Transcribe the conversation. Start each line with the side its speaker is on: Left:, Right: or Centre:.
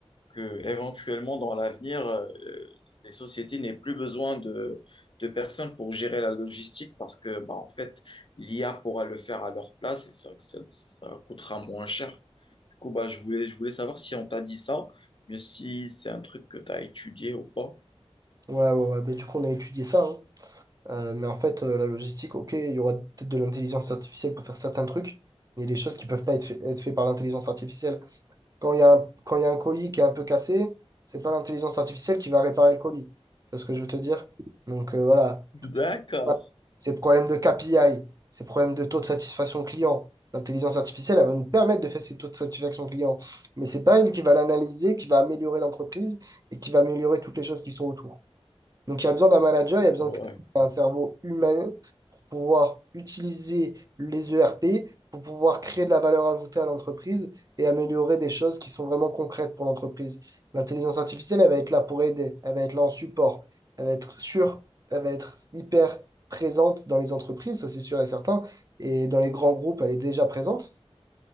Left: que, éventuellement, dans l'avenir, euh, les sociétés n'aient plus besoin de, de personnes pour gérer la logistique parce que, bah, en fait, l'IA pourra le faire à leur place et ça, ça, ça coûtera moins cher. Du coup, bah, je voulais, je voulais savoir si on t'a dit ça, mais si c'est un truc que tu as étudié ou pas.
Right: Ouais, ouais, ouais, ben, du coup, on a étudié ça. hein. Euh, mais en fait, euh, la logistique, ok, il y aura peut-être de l'intelligence artificielle pour faire certains trucs, mais il y a des choses qui peuvent pas être faites être faites par l'intelligence artificielle. Quand il y a un, quand il y a un colis qui est un peu cassé, c'est pas l'intelligence artificielle qui va réparer le colis. Tu vois ce que je veux te dire? Donc euh, voilà, tous ces
Left: D'accord.
Right: problèmes-là, ces problèmes de KPI, ces problèmes de taux de satisfaction client, l'intelligence artificielle, elle va nous permettre de faire ces taux de satisfaction client, mais c'est pas elle qui va l'analyser, qui va améliorer l'entreprise et qui va améliorer toutes les choses qui sont autour. Donc, il y a besoin d'un manager, il y a besoin
Left: Ouais.
Right: de quelqu'un qui a un cerveau humain pour pouvoir utiliser les ERP, pour pouvoir créer de la valeur ajoutée à l'entreprise et améliorer des choses qui sont vraiment concrètes pour l'entreprise. L'intelligence artificielle, elle va être là pour aider, elle va être là en support, elle va être sûre, elle va être hyper présente dans les entreprises, ça c'est sûr et certain, et dans les grands groupes, elle est déjà présente.